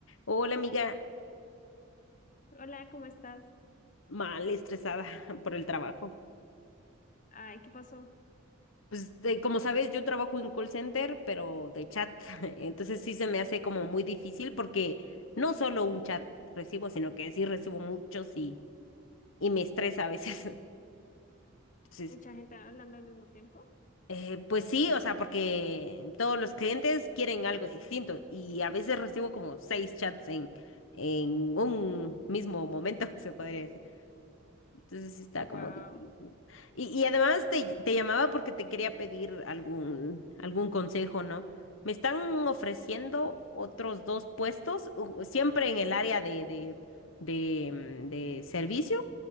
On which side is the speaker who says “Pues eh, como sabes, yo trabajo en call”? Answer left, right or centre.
Left